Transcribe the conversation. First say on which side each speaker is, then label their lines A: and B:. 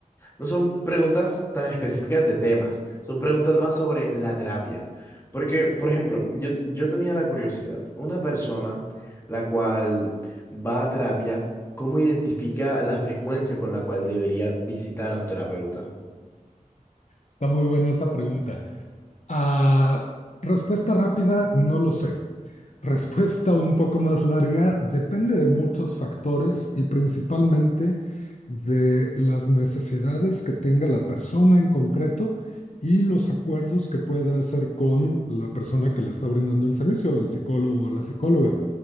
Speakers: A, on the left; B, on the left.
A: no son preguntas tan específicas de temas, son preguntas más sobre la terapia. Porque, por ejemplo, yo, yo tenía la curiosidad, una persona la cual va a terapia, ¿cómo identifica la frecuencia con la cual debería visitar a un terapeuta?
B: Está muy buena esa pregunta. Ah, respuesta rápida, no lo sé. Respuesta un poco más larga, depende de muchos factores y principalmente de las necesidades que tenga la persona en concreto y los acuerdos que pueda hacer con la persona que le está brindando el servicio, el psicólogo o la psicóloga.